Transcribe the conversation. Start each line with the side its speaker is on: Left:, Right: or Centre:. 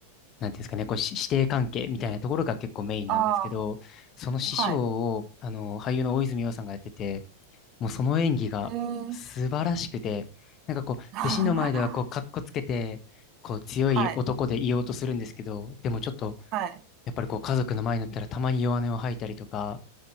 Left: なんていうんですかね、こう、し師弟関係みたいなところが結構メインなんですけど、
Right: ああ、
Left: その師匠を、
Right: はい。
Left: あの、俳優の大泉洋さんがやってて、もうその演技が素晴らしくて、
Right: えー、
Left: なんかこう、
Right: <laughs>
Left: 弟子の前ではこう、かっこつけて、こう、強い男でいようとするんですけど、
Right: はい。
Left: でもちょっと、
Right: はい。
Left: やっぱりこう、家族の前になったらたまに弱音を吐いたりとか、